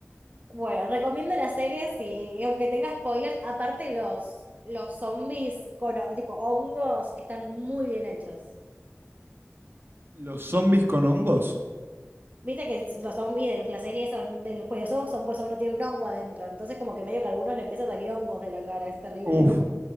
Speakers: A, on the right; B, on the right.
A: Bueno, recomiendo las series y, y aunque tenga spoilers, aparte los, los zombies con ho- tipo hongos están muy bien hechos.
B: ¿Los zombies con hongos?
A: Viste que s- los zombies de la serie son del juego son, pues uno tiene un hongo adentro, entonces como que medio que a algunos le empieza a salir hongos de la cara, es terrible.
B: Uf,